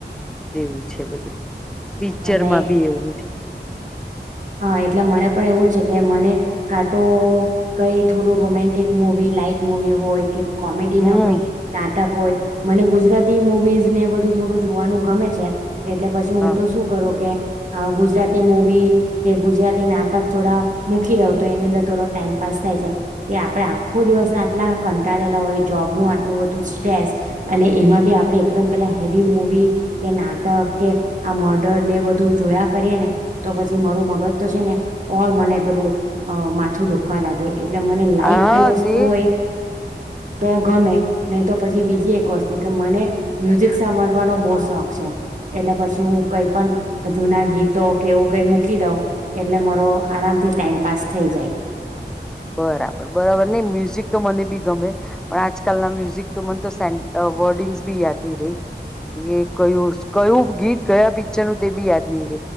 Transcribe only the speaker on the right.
અને
હા, એટલે મને પણ એવું છે, કે મને કા તો, કઈ થોડું, રોમેન્ટિક મુવી લાાઈટ મુવી હોય કે. કોમેડી
ન કોઈ ના. કોઈ, મને ગુજરાતી મુવીઝ ને બધું થોડું જોવાનું ગમે છે. એટલે પછી
હું તો શું કરું કે. આ ગુજરાતી મૂવી. કે, ગુજરાતી નાટક થોડા મૂકી દઉ તો એની અંદર થોડો ટાઈમપાસ થાય છે. કે, આપડે આખો દિવસ આટલા કંટાળેલા હોય જોબનુંું આટલું બધું સ્ટ્રેસ અને એમાં બી આપણે એકદમ પેલા હેવી મવી કે નાટક કે આ મર્ડર ને બધું જોયા કરીએ. ને તો પછી. મારું મગજ તો છે, ને ઓર મને પેલું માથું દુખવા લાગે. એટલે મને લાઈટ
કઈ વસ્તુ
હોય.
તો, ગમે નહી, તો પછી બીજી એક વસ્તુ કે મને મ્યુઝિક સાંભળવાનો બહ શોખ છે એટલે પછી હું કઈ પણ જુના ગીતો કે એવું કઈક. મૂકી દ એટલે મારો આરામથી ટાઈમ પાસ થઈ જાય.